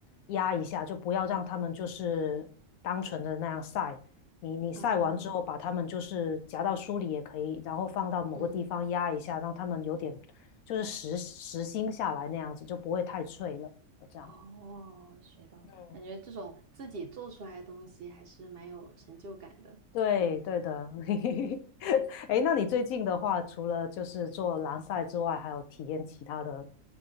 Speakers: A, on the left; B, on the right.
A: 压一下，就不要让他们就是单纯的那样晒。你你晒完之后，
B: 哦，
A: 把他们就是夹到书里也可以，然后放到某个地方压一下，
B: 嗯，
A: 让他们有点就是实实心下来那样子，就不会太脆了。这样，
B: 哦，学到了，
A: 嗯，
B: 感觉这种自己做出来的东西还是蛮有成就感的。
A: 对对的。<laughs> 哎那你最近的话，除了就是做蓝晒之外，还有体验其他的